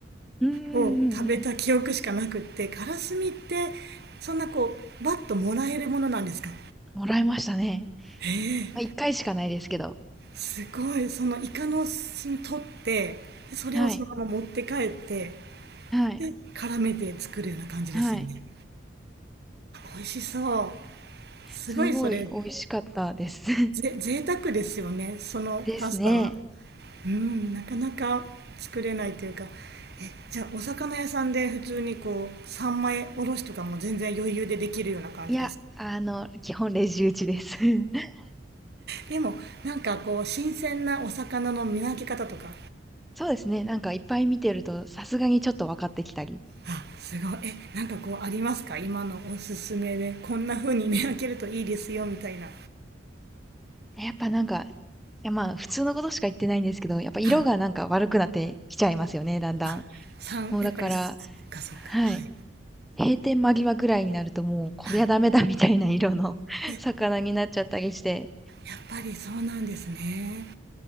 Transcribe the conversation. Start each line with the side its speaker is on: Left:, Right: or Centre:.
Centre: うーんうんうん、
Right: を食べた記憶しかなくってカラスミってそんなこうバッともらえるものなんですか
Centre: もらえましたね。
Right: へえ
Centre: まあ一回しかないですけど。
Right: すごいそのイカの墨取ってそれをそのまま持って帰って
Centre: はい、はい、
Right: で絡めて作るような感じですよね
Centre: はい。
Right: 美味しそうすごいそれ
Centre: すごい美味しかったです。<laughs>
Right: ぜ贅沢ですよねそのパスタは
Centre: ですね。
Right: うんなかなか作れないというかえじゃあお魚屋さんで普通にこう三枚おろしとかも全然余裕でできるような感じですか
Centre: いや、あの、基本レジ打ちです。<laughs>
Right: でもなんかこう新鮮なお魚の見分け方とか
Centre: そうですね。なんかいっぱい見てると、さすがにちょっと分かってきたり。
Right: あすごいえなんかこうありますか今のおすすめでこんな風に見分けるといいですよみたいな
Centre: やっぱなんか、いやまあ普通のことしか言ってないんですけど、やっぱ色がなんか悪くなってきちゃいますよね、
Right: あ
Centre: だんだん。
Right: あさんやっぱりそっかそっかはい
Centre: もうだから、はい。閉店間際ぐらいになるともう、こりゃダメだみたいな色の
Right: はい
Centre: <laughs>
Right: え
Centre: 魚になっちゃったりして、
Right: やっぱりそうなんですね